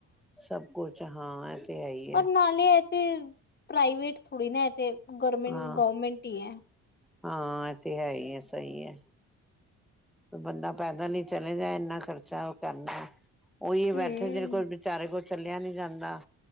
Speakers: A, in the centre; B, on the left.
A: ਸਭ ਕੁਛ ਹਾਂ ਤੇ ਹੈ ਹੀ
B: ਪਰ
A: ਹੈ
B: ਨਾਲੇ ਅਸੀ ਪ੍ਰਾਈਵੇਟ ਥੋੜ੍ਹੀ ਨਾ ਹੈ ਤੇ ਗਮਟ
A: ਹਾਂ
B: ਗਵਰਮੈਂਟ ਈ ਆਂ
A: ਹਾਂ ਐ ਤੇ ਹੈ ਈ ਐ ਸਈ ਐ ਬੰਦਾ ਪੈਦਲ ਹੀ ਚਲੇ ਜਾਏ ਇੰਨਾ ਖਰਚਾ ਉਹ ਕਰਨਾ ਉਹੀ ਬੈਠੇ
B: ਹੂੰ,
A: ਜਿਹੜੇ ਕੋਲ ਵਿਚਾਰੇ ਕੋਲ ਚੱਲਿਆ ਨੀ ਜਾਂਦਾ